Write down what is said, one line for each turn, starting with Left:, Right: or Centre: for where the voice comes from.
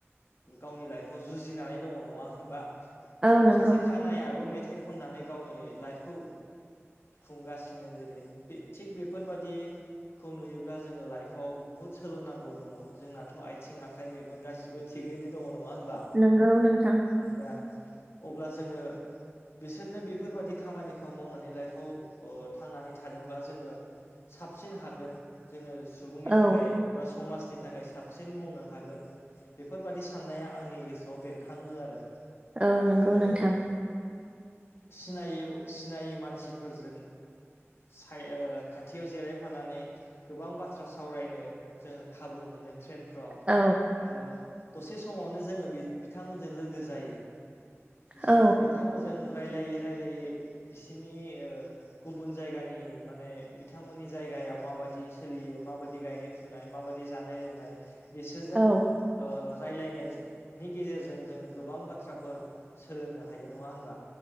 Left: गावनि लाइफआव जुजिनानै द होना
Right: औ नंगौ
Left: सासे ख मेथ खनानै गावनि लाइफखौ खुंगासिनो जेरै बे थिग बेफोरबादि खौ नुयोब्ला जोङो लाइफआव बुहुत सोलोंनांगौ दङ जोंनाथ' आथिं आखाइ मेगन गासिबो थिगैनो दङ नङा होनबा
Right: नंगौ नोंथां
Left: दा अब्ला जोङो बिसोरनो बेफोरबायाददि खामानिखौ मावनानै लाइफआव थांनानै थादोंब्ला जोङो साबसिन हागोन जोङो सुबुंनि
Right: औ
Left: थाखाय बा समाजनि थाखाय साबसिन मावनो हागोन बेफोरबादि साननाया आंनि गोसोआव बेरखाङो आरो
Right: औ नंगौ
Left: आरो
Right: नोंथां
Left: सिनायै सिनायै मानसिफोरजों साय ओ खाथियाव जिरायफानानै गोबां बाथ्रा सावरायनो जोङो खाबु मोनो ट्रेनफ्राव
Right: औ
Left: आरो दसे समावनो जोङो बि बिथांमोनजों लोगो जायो। ज
Right: औ
Left: बिथांमोनजों रायलायै रायलायै बिसोरनि ओ गुबुन जायगानि माने बिथांमोननि जायगायाव माबायदि सोलियो माबायदि गायनाय फुनाय माबायदि जानाय लोंनाय बिसोरजों
Right: औ
Left: ओ रायलायनायनि गेजेरजों जोङो गोबां बाथ्राफोर सोलोंनो हायो नङा होनबा